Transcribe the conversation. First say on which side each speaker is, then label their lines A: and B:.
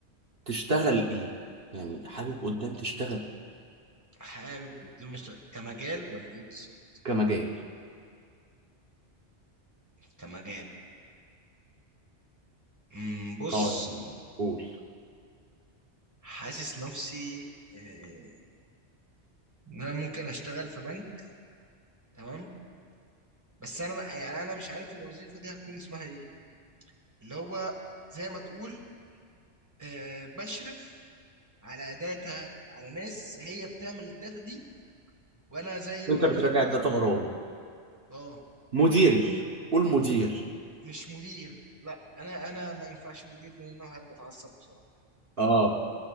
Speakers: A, on the right (about 55°); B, on the right (about 15°).
A: تشتغل ايه يعني حابب قدام تشتغل
B: حابب قدام أشتغل- كمجال ولا ايه بالظبط
A: كمجال
B: كمجال امم، بص
A: اه يعني قول
B: حاسس نفسي آه، ان انا ممكن اشتغل في بنك تمام بس انا ما- يعني انا مش عارف الوظيفه دي هتكون اسمها ايه اللي هو زي ما تقول آه، بشرف على داتا على ناس هي بتعمل الداتا دي وانا زي المانجر
A: وانت بتراجع
B: بتاعه
A: الداتا وراهم
B: اه
A: مدير قول مدير
B: مش مدير لا انا انا ما ينفعش مدير لان انا واحد بتعصب بسرعه
A: اه